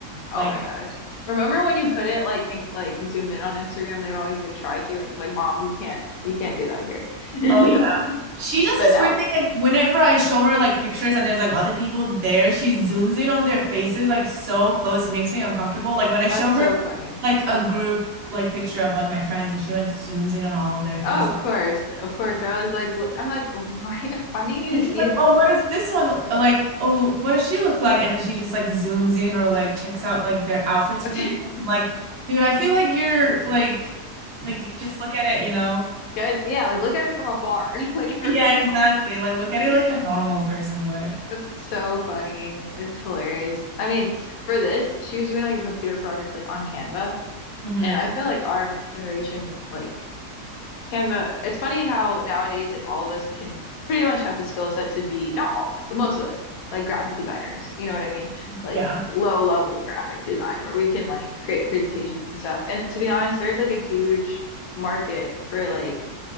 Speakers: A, on the left; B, on the right.
A: Oh
B: like
A: my gosh. Remember when you couldn't like in like zoom in on Instagram? They would always like try to, and it's like, "Mom, you can't, you can't do that here." <laughs>
B: oh yeah. She does
A: But
B: this
A: no,
B: weird thing like whenever I show her like pictures and there's like other people there, she zooms in on their faces like so close. It makes me uncomfortable. Like when I show
A: that's so
B: her
A: funny.
B: like a group like picture of like my friends and she like zooms in on all of their faces.
A: Oh, of course, of course. They're always like, l- I'm like, why? <laughs> Why do you need
B: And
A: to see
B: she's like,
A: it that?
B: "Oh, what does this one look like? Oh, what does she look like?" And then she just like zooms in or like checks out like their outfits
A: <laughs>
B: or something. I'm like, "Dude, I feel like you're like like just look at it, you know?"
A: Good. Yeah, like look at it from afar, <laughs> like everyone
B: Yeah, exactly. Like look at it
A: else.
B: like a normal person would.
A: That's so funny. It's hilarious. I mean, for this, she was doing like a computer project like on Canva,
B: hmm
A: and I feel like our generation like Canva, it's funny how nowadays like all of us can pretty much have the skill set to be not all of us, but most of us like graphic designers, you know what I mean? Like
B: Yeah.
A: low level graphic design where we can like create presentations and stuff. And to be honest, there's like a huge market for like